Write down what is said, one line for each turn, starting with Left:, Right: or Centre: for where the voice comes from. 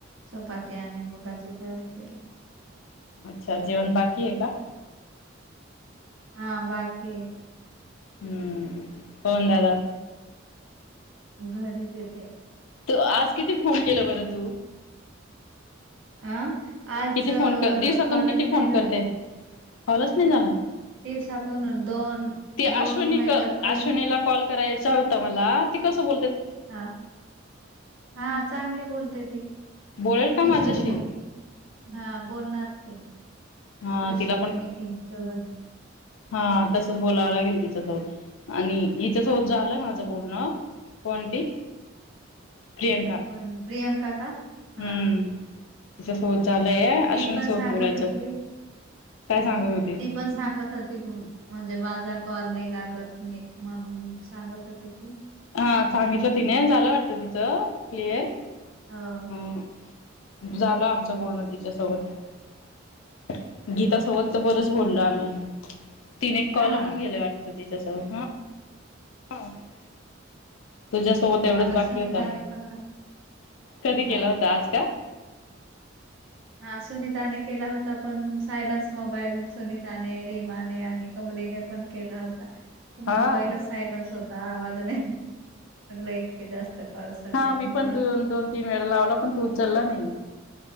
Right: चपाती आणि मुगाची जळ केली
Left: अच्छा जेवन बाकी आहे का
Right: हा बाकी
Left: हम्म हो द द
Right: घरीच येते
Left: तर आज किती फोन केला बरं तू
Right: अ आज
Left: किती फोन कर दिवसातून
Right: कॉलेज
Left: किती
Right: नाही
Left: फोन
Right: झालं.
Left: करते <unintelligible> नाही झाला.
Right: दिवसातून दोन,
Left: ती अश्वनी
Right: दोन नाही
Left: क
Right: तर तीन
Left: अश्वनीला कॉल करायचा होता मला ते कसं ब
Right: हा हा चांगली बोलते ती.
Left: बोलेल का
Right: किशोरी
Left: माझ्याशी
Right: भेटेल हा बोलणार ती
Left: हा
Right: किशोरी
Left: तिला पण
Right: मिटिंग च
Left: हा तसचं बोलावं लागेल तिच्या सोबत आणि इथंच होत झालंय
Right: हा,
Left: माझं बोलणं कोणती प्रियंका
Right: पण प्रियांका का हा
Left: हम्म <unintelligible> अश्विनी
Right: ती पण
Left: सोबत
Right: सांगत
Left: बोलायचं
Right: होती
Left: काय सांगत होती
Right: ती पण सांगत होती. म्हणजे माझा कॉल नाही लागत, नाही म्हणून सांगत होते.
Left: हा सांगितलं तिने झालं वाटत
Right: हो
Left: तिचं क्लिअर
Right: हो
Left: हं झालं. आमचं बोलणं तिच्यासोबत गीता सोबत तर बरचं बोललो आम्ही. तिने
Right: हा
Left: कॉल होन गेले वाटत <unintelligible> तुझ्यासोबत एवढंच
Right: मला
Left: बाकी
Right: सुनीताने
Left: होत
Right: पण
Left: कधी
Right: हा
Left: केला होता, आज का?
Right: हा सुनीताने केला होता, पण सायलन्स मोबाईल सुनिताने रीमाने आणि कमलीने पण केला होता. पण
Left: हा
Right: मोबाईल सायन्स होता. हा आवाजाने इतके जास्त कॉल सगळे
Left: हा मी
Right: म्हणजे
Left: पण द
Right: हो
Left: दोन, तीन वेळा लावला. पण तू उचलला नाही.